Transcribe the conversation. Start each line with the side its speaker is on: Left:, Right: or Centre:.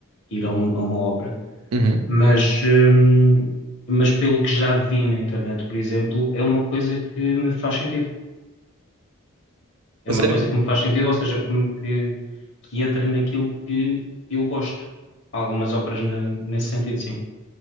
Left: ir a, um- a uma ópera,
Right: Uhum.
Left: mas, hum, mas pelo que já vi na internet, por exemplo, é uma coisa que me faz sentido. é
Right: A
Left: uma
Right: sério?
Left: coisa que me faz sentido, ou seja, que, me- que, que entra naquilo que eu gosto. Há algumas óperas na- nesse sentido, sim.